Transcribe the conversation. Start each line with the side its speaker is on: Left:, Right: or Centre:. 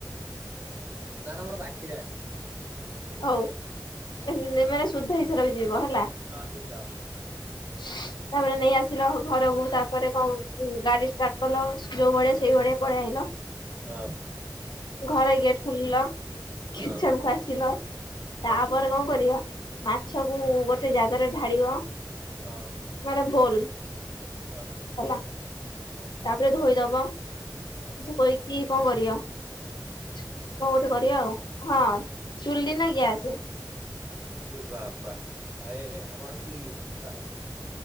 Right: ନା ନା ମୋର ବାକିରେ ଆଣି
Left: ହଉ ଏ ନା ମାନେ ସୁଦ୍ଧ ହିସା ରହିଯିବ ହେଲା।
Right: ହଁ ସୁଦ୍ଧ।
Left: ହଁ <inaudible> ତାପରେ ନେଇ ଆସିଲ ଘରକୁ ତାପରେ କଣ ଉଁ ଗାଡି ଷ୍ଟାର୍ଟ କଲ ଯୋଉ ଭଳିଆ ସେଇଭଳିଆ ପଲେଇ ଆଇଲ?
Right: ହଁ
Left: ଘରେ ଗେଟ ଖୋଲିଲ କିଚେନକୁ
Right: ହଁ
Left: ଆସିଲ।
Right: ହଁ
Left: ତାପରେ କଣ କରିବ ମାଛକୁ ଗୋଟେ ଜାଗାରେ ଢାଳିବ।
Right: ହଁ
Left: ମାନେ ବୋଲ
Right: ହଁ।
Left: ହେଲା।
Right: ହଁ।
Left: ତାପରେ ଧୋଇଦବ।
Right: ହଁ
Left: ଧୋଇକି କଣ କରିବ। କଣ ଗୋଟେ କରିବା ଆଉ ହଁ ଚୁଲି ନା ଗ୍ୟାସେ?
Right: ଏ ବାବା ଭାଇ ଆମର ଚୁଲି ଛାଡ